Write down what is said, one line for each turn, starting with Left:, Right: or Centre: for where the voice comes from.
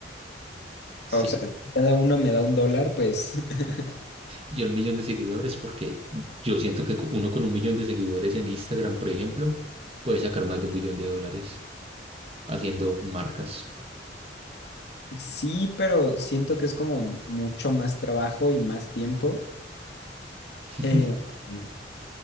Right: Sí,
Left: O sea, si cada uno me da un dólar, pues <laughs>
Right: yo el millón de seguidores porque yo siento que co- uno con un millón de seguidores en Instagram, por ejemplo, puede sacar más de un millón de dólares haciendo marcas.
Left: sí, pero siento que es como mucho más trabajo y más tiempo.
Right: <laughs>
Left: Eh, eh,